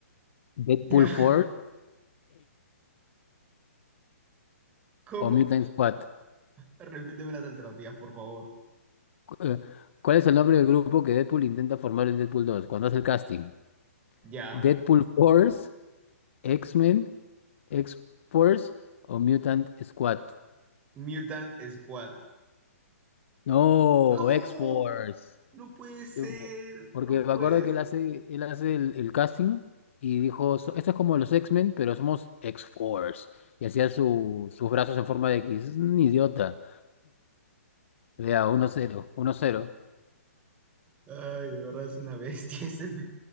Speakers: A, on the left (about 55°); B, on the right (about 15°).
A: Deadpool
B: ya.
A: 4.
B: ¿Cómo?
A: o Mutant Squad.
B: Repíteme las alternativas, por favor.
A: Cu- eh, ¿Cuál es el nombre del grupo que Deadpool intenta formar en Deadpool dos cuando hace el casting?
B: Ya.
A: ¿Deadpool Force, X-Men, X-Force o Mutant Squad?
B: Mutant Squad.
A: No,
B: ¡No!
A: X-Force.
B: No puede ser.
A: Yo- Porque
B: No puede
A: me acuerdo que
B: ser.
A: él hace, él hace el, el casting y dijo, "So- esto es como los X-Men, pero somos X-Force. Y hacía su- sus brazos en forma de X. Es un idiota. Vea, uno cero uno cero
B: Ay, de verdad es una bestia ese. <laughs> pe-